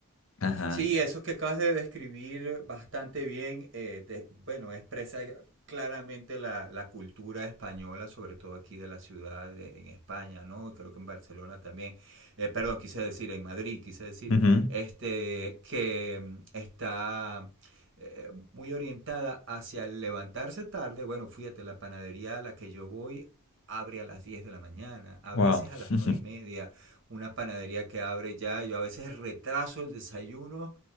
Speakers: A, on the left; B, on the right.
A: Ajá.
B: Sí, eso que acabas de describir bastante bien, eh, de- bueno, expresa claramente la, la cultura española, sobre todo aquí de la ciudad de- en España, ¿no? Y creo que en Barcelona también, Eh, perdón, quise decir, en Madrid, quise decir,
A: Ujú.
B: este, que mm, está eh, muy orientada hacia el levantarse tarde. Bueno, fíjate, la panadería a la que yo voy abre a las 10 de la mañana, a
A: Wow.
B: veces a las
A: <laughs>
B: 9 y media, una panadería que abre ya. Yo a veces retraso el desayuno